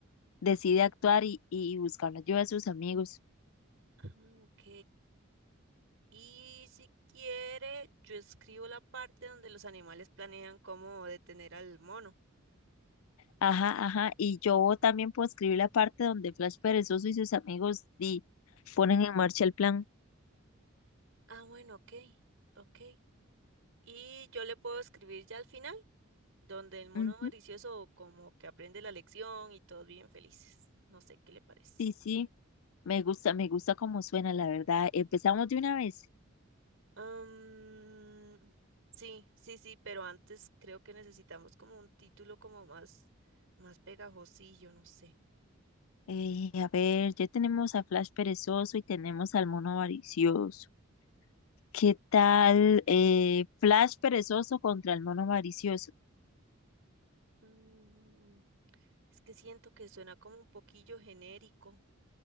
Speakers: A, on the left; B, on the right.
A: decide actuar y, y buscar la ayuda de sus amigos.
B: Ah, ok. Y si quiere, yo escribo la parte donde los animales planean cómo detener al mono.
A: Ajá, ajá. Y yo también puedo escribir la parte donde Flash Perezoso y sus amigos di- ponen en marcha el plan.
B: Ah, bueno, ok, ok. Y yo le puedo escribir ya al final, donde el mono
A: Ujú,
B: avaricioso como que aprende la lección y todos bien felices. No sé qué le parece.
A: Sí, sí, me gusta, me gusta cómo suena, la verdad. Empezamos de una vez.
B: Am, sí, sí, sí, pero antes creo que necesitamos como un título como más, más pegajosillo, no sé.
A: Eh, a ver, ya tenemos a Flash Perezoso y tenemos al mono avaricioso. ¿Qué tal eh, Flash Perezoso contra el mono avaricioso?
B: Mm, es que siento que suena como un poquillo genérico,